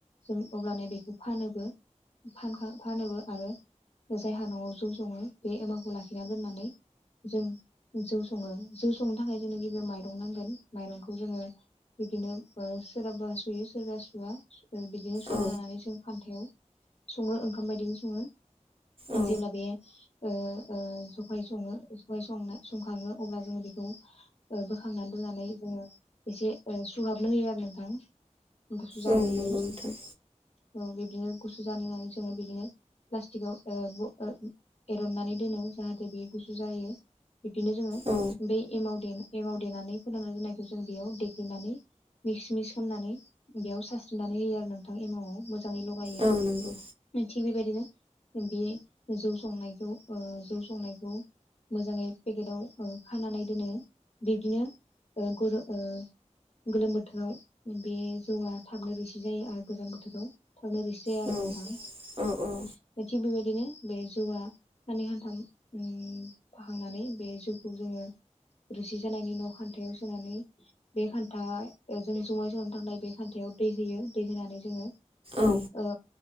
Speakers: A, on the left (about 55°); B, on the right (about 50°).
A: जों अब्लानिया बेखौ फानोबो फानखां फानोबो आरो जायहा नआव जौ संङो बे एमावखौ लाखिना दोनानै जों जौ सङो जौ संनो थाखाय जोंनो गिबियाव माइरं नांगोन माइरंखौ जोङो बिदिनो ओ सोरहाबा सुयो सोरबा सुवा बिदिनो सुना
B: औ
A: लानानै जों खान्थायाव सङो ओंखाम बायदिनो सङो।
B: औ
A: जेब्ला बेयो ओ ओ जखाय सङो जखाय संना संखाङो अब्ला जोङो बेखौ ओ बोखांना दोननानै जोङो एसे ओ सुहाबनो होयो आरो नोंथां। गुसु जानो
B: औ
A: होयो।
B: नंगौ नोंथां
A: औ बिबदिनो गुसु जानो होननानै जोङो बिदिनो प्लास्टिकाव ओ ब ओ एरननानै दोनो। जाहाथे बे गुसु जायो। बिदिनो जोङो
B: औ
A: बे एमाव देनो एमाव देनानै फोरानना दोननायखौ जों बेयाव देग्लिनानै मिस-मिस खामनानै बेयाव सारस्रिनानै होयो आरो नोंथां एमावआव। मोजाङै लगायो
B: औ नंगौ
A: मिथि थिग बेबायदिनो बे जौ संनायखौ ओ जौ स संनायखौ मोजाङै पेकेटाव ओ खानानै दोनो बिब्दिनो ओ <unintelligible> ओ गोलोम बोथोराव बे जौआ थाबनो रैसि जायो आरो गोजां बोथोराव थाबनो रिस जाया
B: औ
A: आरो नोथां
B: औ औ
A: थिग बेबायदिनो बे जौआ हाननै हान्थाम उम फाहांनानै बे जौखौ जोङो रोसि जानायनि उनाव खान्थायाव सोनानै बे खान्था ओ जों जुमाय संनानै थांनाय बे खान्थायाव दै होयो दै होनानै जोङो
B: औ
A: ओ